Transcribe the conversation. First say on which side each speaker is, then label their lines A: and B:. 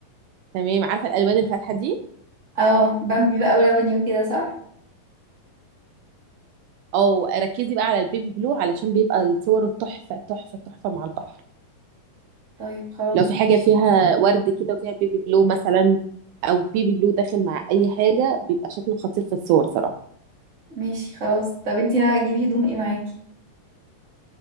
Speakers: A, on the right; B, on the right.
A: تمام عارفه الالوان الفاتحه دي
B: اه بامبي بقى ولبني وكده صح
A: او ركزي بقى على البيبي بلو علشان بيبقى الصور التحفه تحفه تحفه مع البحر
B: طيب خلاص
A: لو في
B: ماشي
A: حاجه فيها ورد كده وفيها بيبي بلو مثلا او بيبي بلو داخل مع اي حاجه بيبقى شكله خطير في الصور صراحه
B: ماشي خلاص طب انتي ناوية تجيبي هدوم ايه معاكي